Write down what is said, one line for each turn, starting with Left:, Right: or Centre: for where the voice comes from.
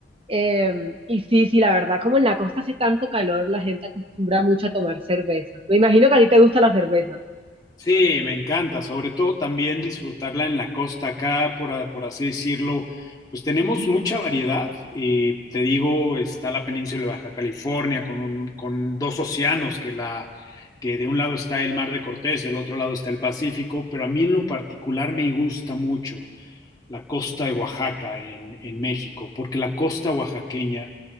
Right: eh, y sí, sí, la verdad, como en la costa hace tanto calor, la gente acostumbra mucho a tomar cerveza. Me imagino que a ti te gusta la cerveza.
Left: Sí, me encanta, sobre todo también disfrutarla en la costa acá, por, a- por así decirlo, pues tenemos mucha variedad. eh, te digo, está la península de Baja California con, un- con dos océanos, que, la, que de un lado está el Mar de Cortés, del otro lado está el Pacífico, pero a mí en lo particular me gusta mucho la costa de Oaxaca en, en México, porque la costa oaxaqueña